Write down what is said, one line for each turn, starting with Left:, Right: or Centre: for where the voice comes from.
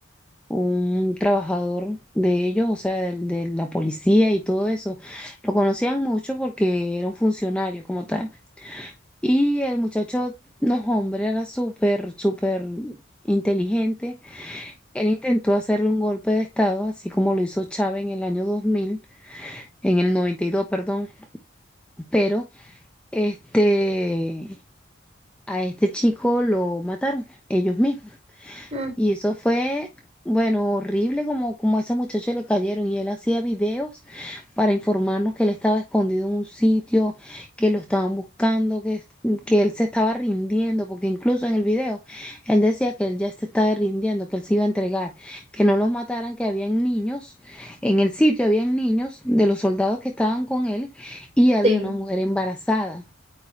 Centre: un trabajador de ellos, o sea, del- de, la policía y todo eso. Lo conocían mucho porque era un funcionario como tal. Y el muchacho, no, hombre, era súper, súper inteligente. Él intentó hacerle un golpe de estado, así como lo hizo Chávez en el año 2000, en el 92, perdón. Pero, este... a este chico lo mataron ellos mismos.
Right: Ujú. Mm,
Centre: Y eso fue, bueno, horrible como, como a ese muchacho le cayeron y él hacía videos para informarnos que él estaba escondido en un sitio, que lo estaban buscando, que, que él se estaba rindiendo, porque incluso en el video él decía que él ya se estaba rindiendo, que él se iba a entregar, que no los mataran, que habían niños, en el sitio habían niños de los soldados que estaban con él y había
Right: Sí.
Centre: una mujer embarazada.